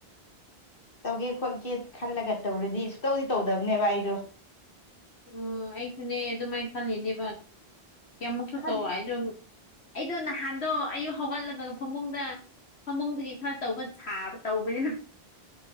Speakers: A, on the left; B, on the left.
A: ꯇꯧꯒꯦ ꯈꯣꯠꯀꯦ ꯈꯜꯂꯒ ꯇꯧꯔꯗꯤ ꯁꯨꯛꯇꯧꯗꯤ ꯇꯧꯗꯕꯅꯦꯕ ꯑꯩꯗꯣ
B: ꯑꯣ ꯑꯩꯁꯨꯅꯦ ꯑꯗꯨꯃꯥꯏꯅ ꯈꯜꯂꯤꯅꯦꯕ ꯀꯌꯥꯃꯨꯛꯁꯨ
A: ꯈꯟ
B: ꯇꯧ ꯍꯥꯏꯗꯣ ꯑꯩꯗꯣ ꯅꯍꯥꯟꯗꯣ ꯑꯌꯨꯛ ꯍꯧꯒꯠꯂꯒ ꯐꯃꯨꯡꯗ ꯐꯃꯨꯡꯗꯨꯒꯤ ꯈꯔ ꯇꯧꯕ ꯁꯥꯕ ꯇꯧꯕꯅꯤꯅ